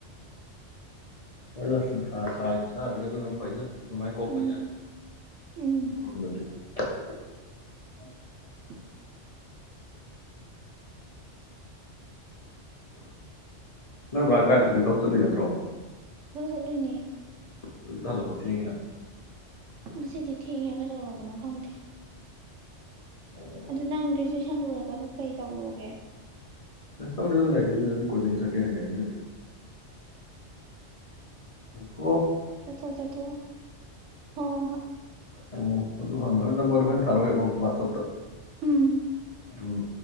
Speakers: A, on the left; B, on the right.
A: ꯍꯣꯏ ꯁꯥ ꯁꯔꯦ ꯄꯨ ꯁꯥ ꯑꯖꯤ ꯀ ꯑꯗꯨ ꯑꯗꯨ ꯄꯩꯥ ꯑꯗꯨꯃꯥꯏ ꯀꯣꯛꯄ
B: ꯎꯝ
A: ꯌꯥꯅꯤ
B: ꯎꯝ
A: ꯃꯣꯝꯗꯗꯤ <unintelligible>
B: ꯑ
A: ꯅꯣꯏ ꯀꯥꯏ ꯆꯠꯂ ꯊꯧ ꯆꯠꯂꯨ ꯅꯠꯇ꯭ꯔꯣ
B: ꯊꯧ ꯆꯠꯂꯣꯏꯅꯦ
A: ꯍꯧꯛꯀꯤꯗ ꯍꯜꯂꯛꯄꯣ ꯊꯦꯡꯉꯤꯅ
B: ꯉꯁꯤꯗꯤ ꯊꯦꯡꯉꯦꯒꯗꯧꯔꯕꯅꯣ ꯈꯪꯗꯦ
A: ꯑꯣ
B: ꯑꯗꯨ ꯅꯪ ꯒ꯭ꯔꯦꯖꯨꯋꯦꯁꯟ ꯂꯣꯏꯔꯒꯒ ꯀꯩ ꯇꯧꯔꯣꯒꯦ
A: ꯐꯦꯁꯇꯗ ꯂꯩꯔꯤꯁꯦ ꯑꯗꯨ ꯀꯣꯆꯤꯡ ꯁꯠꯀꯦ ꯍꯪꯉꯛꯏꯁꯦ ꯎ
B: ꯆꯊꯣ ꯆꯊꯣ ꯍ ꯍ ꯍ
A: ꯑꯣ ꯑꯗꯨ ꯍꯪꯕ ꯍꯣꯏ ꯅꯝꯕꯔꯗꯨ ꯍꯣꯏꯅ ꯊꯥꯔꯛꯑꯣꯦꯀꯣ ꯋꯥꯆꯞꯇ
B: ꯎꯝ
A: ꯍ ꯎꯝ